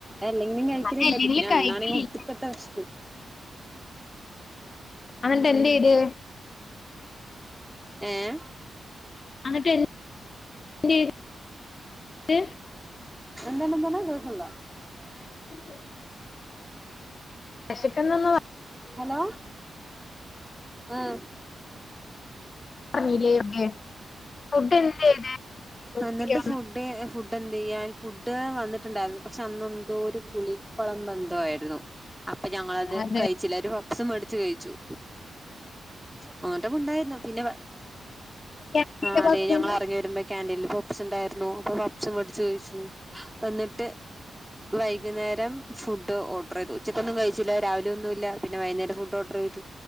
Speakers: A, in the centre; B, on the left.
A: അല്ലെങ്കിലും കഴിക്കലില്ല
B: അതെല്ലെങ്കിലും
A: പിന്നെ
B: കഴിക്കലില്ല
A: അന്നാണെ ഒടുക്കത്തെ വെശപ്പ്
B: അന്നിട്ട് എന്ത് ചെയ്ത്
A: എഏ
B: അന്നിട്ടൻ <unintelligible>
A: <unintelligible>
B: എന്ത് വിശക്കന്നന്ന്പ
A: ഹലോ ആഹ
B: <unintelligible> എന്ത് ചെയ്ത്
A: ഫുഡ്
B: ഉച്ചയ്ക്ക്
A: എന്തത് എന്നിട്ട്ഫുഡ്...
B: വന്ന്
A: ഫുഡ് എന്ത്ചെയ്യാൽ ഫുഡ് വന്നിട്ടുണ്ടായിരുന്നു പക്ഷെ അന്നെന്തോ ഒരു പുളിക്കുളം ബന്ധയിരുന്നു അപ്പൊ ഞങ്ങളത്
B: അതെ
A: കഴിച്ചില്ല ഒരു പപ്സും മേടിച്ചു കഴിച്ചു. അങ്ങോട്ടപ്പണ്ടായിരുന്നു പിന്നെ
B: ക്യാൻറ്റീനിലെ
A: ആ് അടേ
B: ഭക്ഷണം
A: ഞങ്ങൾ ഇറങ്ങി വരുമ്പോ ക്ൻഡീൽ പപ്സ് ഉണ്ടായിരുന്നു അപ്പൊ പപ്സും മേടിിച്ചു കോിച്ചു വന്നിട്ട് വൈകുന്നേരം ഫുഡ് ഓർഡർ ചെയ്തു ഉച്ചക്ക്ൊന്നും കഴിച്ചില്ല രാവിലെ ഒന്നും ഇല്ല പിന്നെ വൈകുന്നേര ഫു് ഓർഡർ ചെയ്തു.